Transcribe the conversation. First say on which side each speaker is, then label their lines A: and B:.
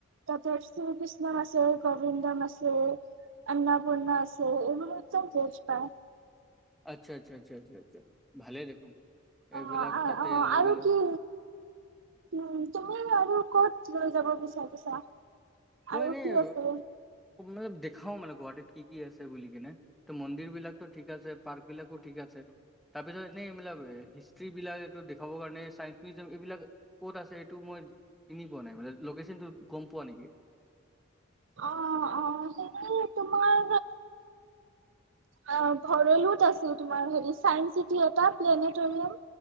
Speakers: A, on the right; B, in the centre.
A: তাতে শ্ৰী কৃষ্ণ আছে গোবিন্দন আছে আন্নাপূৰ্ণা আছে এইবোৰ একদম বেজ পায়।
B: আচ্ছা, আচ্ছা। আচ্ছা, আচ্ছা, আচ্ছা ভালে দেখোন।
A: অ',
B: এইবিলাক তাতে
A: অ',
B: লৈ
A: আৰু
B: গ'লে
A: কি? উ'ম তুমি আৰু ক'ত লৈ যাব বিচাৰিছা।
B: মই
A: আৰু
B: এনেই
A: কি আছে?
B: মান দেখাও মানে গুৱাহাটী কি, কি আছে বুলি কিনে ত মন্দিৰ বিলাক ঠিক আছে পাৰ্ক বিলাকো ঠিক আছে তাৰ পিছত এনেই হিষ্ট্ৰী বিলাক এইটো দেখাব কাৰণে চাইন্স মিউজিয়াম এইবিলাক ক'ত আছে এইটো মই চিনি পোৱা নাই লোকেচনটো গম পোৱা নেকি?
A: অ', অ', সেইতো তোমাৰ অ', ভৰলোত আছে তোমাৰ হেৰি চাইন্স চিটি এটা প্লেনেটৰিয়াম